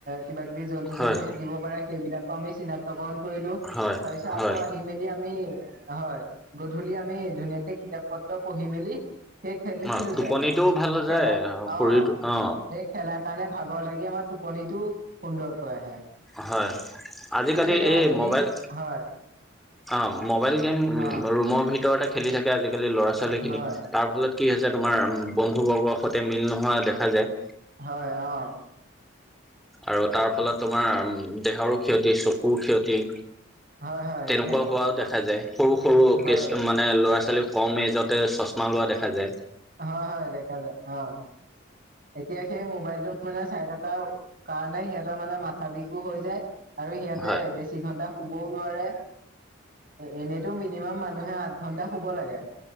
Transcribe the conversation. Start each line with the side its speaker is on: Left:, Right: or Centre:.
Right: কিবা কিবি জন্তু চন্তু
Centre: হয়
Right: থাকে। দিব পাৰে সেইবিলাকো আমি চিনাক্তকৰণ কৰিলোঁ।
Centre: হয়
Right: তাৰ পিছত আকৌ
Centre: হয়
Right: আহি মেলি আমি হয় গধূলি আমি ধুনীয়াকে কিতাপ পত্ৰ পঢ়ি মেলি। সেই খেলিছিলো
Centre: অ টোপনিটোও
Right: যে আমি
Centre: ভাল
Right: খেলা
Centre: যায় শৰীৰটো
Right: অঁ
Centre: অ
Right: সেই খেলাৰ কাৰণে ভাগৰ লাগি আমাৰ টোপনিটো সুন্দৰকৈ আহে।
Centre: হয় আজিকালি
Right: কিন্তু এতিয়া
Centre: এই
Right: তুমি
Centre: মোবাইল
Right: হয়।
Centre: অ' মোবাইল গেম
Right: অ
Centre: ৰুমৰ ভিতৰতে খেলি থাকে আজিকালি ল'ৰা ছোৱালী খিনি
Right: হয়
Centre: তাৰ ফলত কি হৈছে তোমাৰ বন্ধু বৰ্গৰ সৈতে মিল নোহোৱা দেখা যায়।
Right: হয় অ'।
Centre: আৰু তাৰ ফলত তোমাৰ দেহৰো ক্ষতি চকুৰ ক্ষতি।
Right: হয় হয়
Centre: তেনেকুৱা
Right: সেইটোৱে
Centre: হোৱাও দেখা যায় সৰু সৰু
Right: হয়
Centre: কেছ মা নে ল'ৰা ছোৱালী কম এজতে চশমা লোৱা দেখা যায়।
Right: হয় হয় দেখা যায় অঁ এতিয়া সেই মোবাইলটো মানে চাই থকাৰ কাৰণে সিহঁতৰ মানে মাথা বিষো হৈ যায় আৰু সিহঁতে
Centre: হয়
Right: বে ছি ঘণ্টা ঘন্টা শুবও নোৱাৰে। এ এনেইতো মিনিমাম মানুহে আঠ ঘন্টা শুব লাগে।